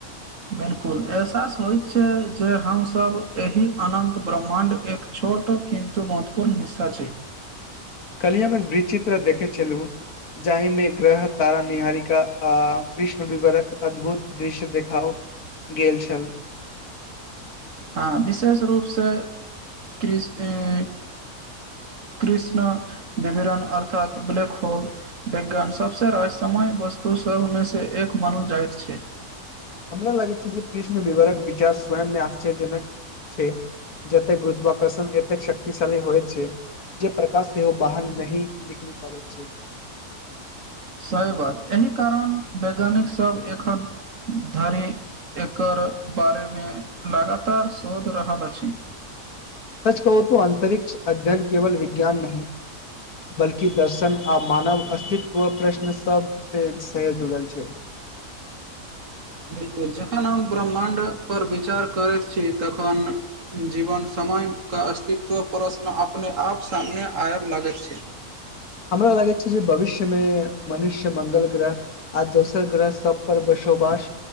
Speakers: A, on the right; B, on the left.
A: बिलकुल एहसास होइत छै जे हमसभ एहि अनन्त ब्रह्माण्ड एक छोट किंतु महत्वपूर्ण हिस्सा छै
B: कलिए हम एक विचित्र देखै छलु जाहिमे ग्रह तारा निहारीका आ कृष्ण विवरक अद्भुत दृश्य देखाओ गेल छल
A: हँ विशेष रूपसँ कृस ऐं
B: <unintelligible>
A: कृष्ण विवरण अर्थात ब्लैक होल विज्ञान सबस रहस्यमय वस्तु सभ मे से एक मनो जाइत छै
B: हमरा लागै छै जे कृष्ण विवरक विचार स्वयंमे आश्चर्यजनक जेते गुरुत्वाकर्षण एतेक शक्तिशाली होइ छै प्रकाश सेहो बाहन नहि निकैल पाबैत छै
A: सही बात एहि कारण वैज्ञानिक सब एखन धरि एकर बारेमे लगातार शोध रहल अछि
B: सच कहू त अन्तरिक्ष अध्ययन केवल विज्ञान नहि बल्कि दर्शन आ मानव अस्तित्व प्रश्न सब स से जुड़ल छै <inaudible>
A: बिल्कुल जखन हम ब्रह्माण्ड पर विचार करैत छी तखन जीवन क अस्तित्व प्रश्न अपने आप सामने आयब लागैत छै
B: हमरा लागै छी जे भविष्य मे मनुष्य मंगल ग्रह आ दोसर ग्रह सब पर बसोवास